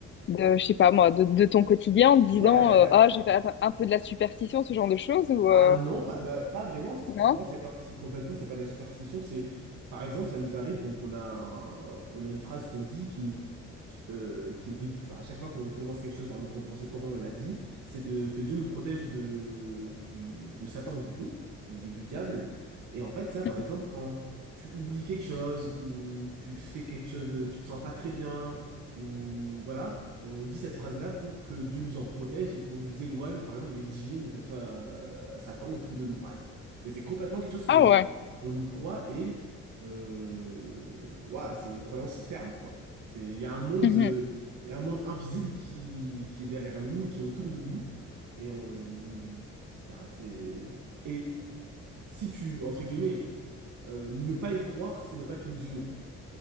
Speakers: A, on the left; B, on the right.
A: de, je sais pas moi, de, de ton quotidien en te disant,
B: Ouais, bah,
A: euh, ah, j'ai fait un peu de la superstition, ce genre de choses, ou
B: Ah
A: euh,
B: non, pas, bah, pas vraiment. C'est-
A: non?
B: Pour moi, c'est parti complètement. C'est pas de la superstition. C'est, par exemple, ça nous arrive. Donc, on a, un- on a une phrase qu'on dit qui nous, euh, qui est le début, enfin, à chaque fois qu'on commence quelque chose, par exemple, quand on commence le Coran, on l'a dit, c'est de, que Dieu nous protège de, du, de Satan, du coup, donc de- du diable. Et en fait, ça, par
A: Mhm.
B: exemple, quand tu oublies quelque chose ou tu fais quelque chose, tu te sens pas très bien, ou voilà, on dit cette phrase-là pour que Dieu nous en protège et pour nous éloigne, par exemple, les djinns ou que ça soit euh, Satan autour de nous, par exemple. Et c'est complètement quelque chose qu'on
A: Ah ouais.
B: on y croit et euh, voilà, c'est une croyance ferme, quoi. C'est, il y a un monde,
A: Mhm.
B: euh, il y a un monde invisible qui, qui est derrière nous, qui est autour de nous, et on y, enfin, c'est, et si tu, entre guillemets, euh, ne pas y croire, c'est ne pas être musulman.